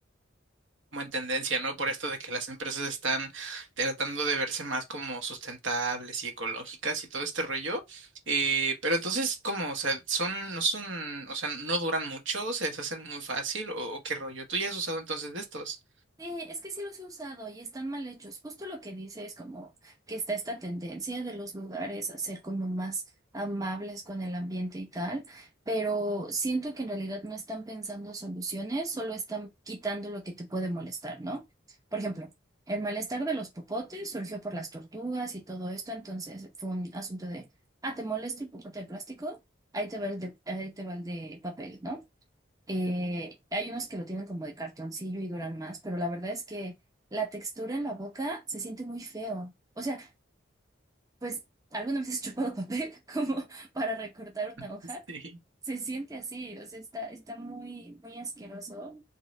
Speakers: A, on the right; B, on the right.
A: como en tendencia, ¿no? Por esto de que las empresas están tratando de verse más como sustentables y ecológicas y todo este rollo. Eh, pero entonces, ¿cómo? O sea, son, no son, o sea, no duran mucho, se deshacen muy fácil, o, o qué rollo. ¿Tú ya has usado entonces de estos?
B: Sí, es que sí los he usado y están mal hechos. Justo lo que dice es como que está esta tendencia de los lugares a ser como más amables con el ambiente y tal, pero siento que en realidad no están pensando soluciones, solo están quitando lo que te puede molestar, ¿no? Por ejemplo, el malestar de los popotes surgió por las tortugas y todo esto, entonces fue un asunto de, ah, ¿te molesta el popote de plástico? Ahí te va el de, ahí te va el de papel, ¿no? Eh, hay unos que lo tienen como de cartoncillo y duran más, pero la verdad es que la textura en la boca se siente muy feo. O sea, pues alguna vez has chupado papel <laughs> como para recortar una
A: <laughs>
B: hoja,
A: Sí.
B: se siente así, o sea, está, está muy, muy asqueroso.